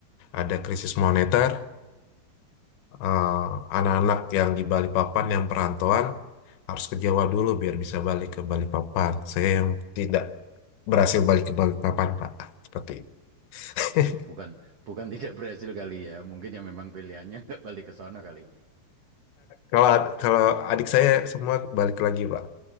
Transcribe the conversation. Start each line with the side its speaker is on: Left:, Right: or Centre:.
Left: ada krisis moneter eh, anak-anak yang di Balikpapan yang perantauan harus ke Jawa dulu biar bisa balik ke Balikpapan saya yang tidak berhasil balik ke Balikpapan Pak seperti itu. <laughs>
Right: Wah, Bukan bukan <laughs> tidak berhasil kali ya. Mungkin ya memang pilihannya <laughs> nggak balik ke sana kali.
Left: Kalau kalau adik saya semua balik lagi Pak